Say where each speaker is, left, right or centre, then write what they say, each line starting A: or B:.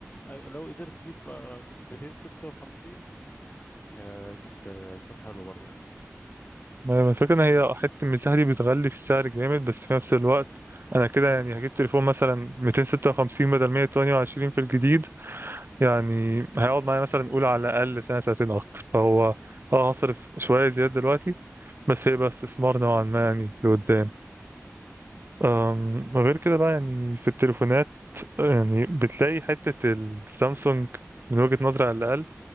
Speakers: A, on the left; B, on the right.
A: أي لو قدرت تجيب آه، 256 آه، جيب آه، يكون حلو برضه يعني
B: ما هي الفكره ان هي حته المساحه دي بتغلي في السعر جامد بس في نفس الوقت انا كده يعني هجيب تليفون مثلا 256 بدل 128 في الجديد يعني هيقعد معايا مثلا نقول على الاقل سنه سنتين اكتر فهو اه هصرف شويه زياده دلوقتي بس هيبقى استثمار نوعا ما يعني في قدام أم، غير كده بقى يعني في التليفونات يعني بتلاقي حته السامسونج من وجهه نظري على الاقل